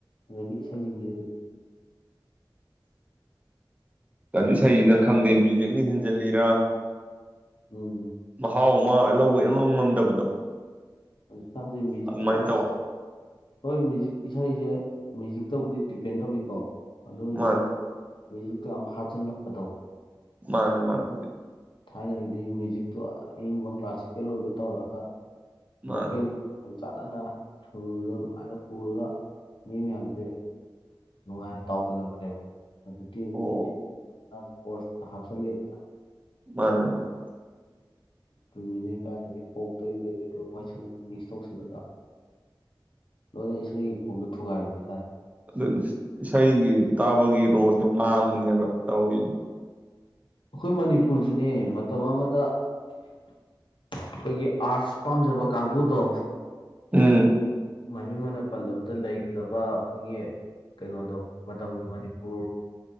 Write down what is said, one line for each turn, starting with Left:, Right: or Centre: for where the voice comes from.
Left: ꯑꯗꯒꯤ ꯏꯁꯩꯁꯤꯡꯁꯤ ꯑꯗꯨꯗꯤ
Right: ꯀ ꯏꯁꯩꯁꯤꯅ ꯈꯪꯗꯦ ꯃ꯭ꯌꯨꯖꯤꯛꯅꯤ ꯍꯦꯟꯖꯤꯜꯂꯤꯔ
Left: ꯑꯣ
Right: ꯃꯍꯥꯎ ꯑꯃ ꯂꯧꯕ ꯉꯝꯗꯕꯗꯣ
Left: ꯁꯖꯦ ꯃꯨꯖꯤꯛ
Right: ꯑꯗꯨꯃꯥꯏꯅ
Left: ꯇꯌꯥꯅ
Right: ꯇꯧꯋꯦ
Left: ꯍꯣꯏ ꯃꯨꯖꯤꯛ ꯏꯁꯩꯁꯦ ꯃꯦꯌꯨꯖꯤꯛꯇꯕꯨꯗꯤ ꯗꯤꯄꯦꯟ ꯇꯧꯏꯤꯀꯣ ꯑꯗꯨ ꯑꯣꯏꯏꯁꯨ
Right: ꯃꯥꯅꯦ
Left: ꯃ꯭ꯌꯨꯖꯤꯛꯇꯨ ꯌꯥꯝ ꯍꯥꯖꯤꯜꯂꯛꯄꯗꯣ
Right: ꯃꯥꯅꯦ ꯃꯥꯅꯦ
Left: ꯊꯥꯏꯅꯒꯤꯗꯤ ꯃ꯭ꯌꯨꯖꯤꯛꯇꯨ ꯑꯏꯨꯝꯕ ꯀ꯭ꯂꯥꯁꯤꯀꯦꯜ ꯑꯣꯏꯕ ꯇꯧꯔꯛꯑꯒ
Right: ꯃꯥꯅꯦ
Left: ꯕꯨꯀꯦ ꯌꯥꯝ ꯆꯥꯟꯅꯅ ꯁꯨꯔꯗꯣ ꯅꯨꯡꯉꯥꯏꯅ ꯄꯨꯔꯒ ꯃꯤ ꯃꯌꯥꯝꯁꯦ ꯅꯨꯡꯉꯥꯏꯅ ꯇꯥꯎꯒꯜꯂꯝꯕꯅꯦꯕ ꯑꯗꯨ ꯑꯗꯨ
Right: ꯑꯣ
Left: ꯌꯥꯝ ꯄꯁꯇ ꯍꯥꯞꯆꯤꯜꯂꯦꯗꯅ
Right: ꯃꯥꯅꯦ ꯃꯥꯅꯤ
Left: ꯑꯗꯨꯃꯤꯅꯦ ꯀꯥꯏꯔꯦ ꯄꯣꯛꯇ ꯔꯦꯠꯂꯨ ꯋꯥꯏ ꯁꯂꯨ ꯃꯤꯛꯁ ꯇꯧꯁꯤꯜꯂꯒ ꯂꯣꯏꯅ ꯏꯁꯩꯒꯤ ꯐꯣꯝꯗꯣ ꯊꯨꯒꯥꯏꯕ ꯍꯥꯏꯇꯥꯔꯦ
Right: ꯑꯗꯨꯝ ꯏꯁꯩꯒꯤ ꯇꯥꯕꯒꯤ ꯔꯣꯁꯇꯣ ꯃꯥꯡꯉꯅꯦꯕ ꯇꯧꯔꯤꯁꯦ
Left: ꯑꯩꯈꯣꯏ ꯃꯅꯤꯄꯨꯔꯁꯤꯅꯦ ꯃꯇꯝ ꯑꯃꯗ ꯑꯩꯈꯣꯏꯒꯤ ꯑꯥꯔꯠꯁ ꯄꯥꯝꯖꯕ ꯀꯥꯡꯕꯨꯗꯣ
Right: ꯎꯝ
Left: ꯃꯃꯤꯡ ꯑꯣꯏꯅ ꯄꯜꯂꯕꯗ ꯂꯩꯒꯗꯕ ꯑꯩꯈꯣꯏꯒꯤ ꯀꯩꯅꯣꯗꯣ ꯃꯇꯝꯒꯤ ꯃꯅꯤꯄꯨꯔ